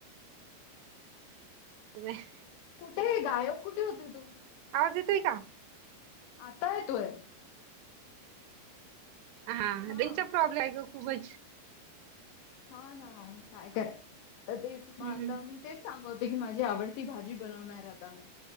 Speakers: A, on the right; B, on the left.
A: बापरे <unintelligible>
B: कुठ.. य.. गायब कुठे होते तू?
A: आवाज येतोय का?
B: आता येतोय.
A: हा
B: हां.
A: रेंजचा प्रॉब्लेम आहे ग.. खूपच
B: हा.. ना.. काय करायचं, तर तेच
A: हम्म
B: आता मी तेच सांगवते की माझी आवडती भाजी बनवणार आता मी,